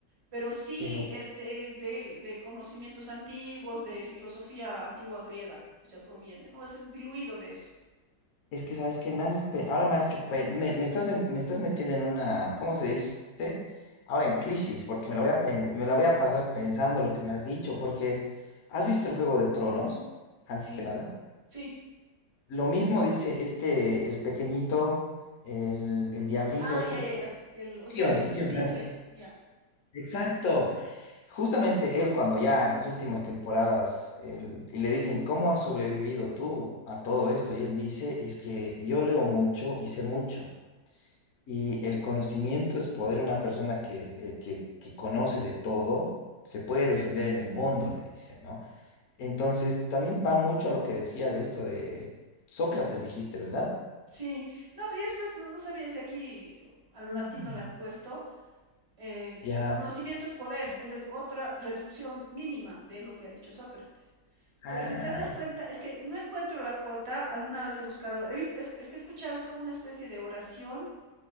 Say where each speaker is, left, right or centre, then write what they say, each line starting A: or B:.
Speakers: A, on the right; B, on the left.
A: Pero sí
B: pero.
A: este, de, de conocimientos antiguos, de filosofía antigua griega, o sea, proviene, ¿no? Es un diluido de eso.
B: Es que, ¿sabes qué? Me haces pe- Ahora me has hecho pe- Me, me estás en- me estás metiendo en una... ¿Cómo se dice? Ahora en crisis, porque me la voy a, pen- me la voy a pasar pensando lo que me has dicho, porque ¿has visto el Juego de Tronos? Antes
A: Sí,
B: que nada.
A: sí.
B: Lo mismo dice este, el pequeñito, el, el diablillo
A: Ah, ya,
B: que...
A: ya, ya. El, o sea,
B: Tyrion,
A: el,
B: Tyrion,
A: el Dinklage,
B: bueno,
A: ya.
B: Exacto. Justamente él cuando ya en las últimas temporadas él- y le dicen, ¿cómo has sobrevivido tú a todo esto? Y él dice, es que yo leo mucho y sé mucho. Y el conocimiento es poder. Una persona que, eh, que, que conoce de todo se puede defender en el mundo, le dice, ¿no? Entonces, también va mucho a lo que decías de esto de Sócrates, dijiste, ¿verdad?
A: Sí, no, pero después no, no sabía si aquí a lo
B: Mm.
A: latino le han puesto, eh,
B: Ya,
A: el conocimiento es poder, esa es otra reducción mínima de lo que ha dicho Sócrates.
B: ay,
A: Pero si te das cuenta, es que no encuentro la cuota, alguna vez he buscado, he visto, es, es que he escuchado, es como una especie de oración